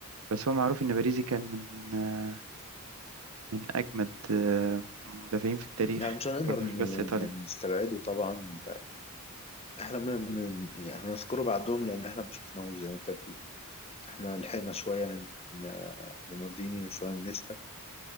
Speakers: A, on the right; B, on the left.
A: بس هو معروف إن باريزي كان من آه من أجمد آه مدافعين في التاريخ
B: يعني مش هنقدر
A: برضه
B: ن-
A: مش بس إيطاليا
B: نستبعده طبعا احنا م... م... يعني هنذكره بعدهم لان احنا ما شفناهوش زي ما انت بتقول احنا لحقنا شويه من من مالديني وشويه من نيستا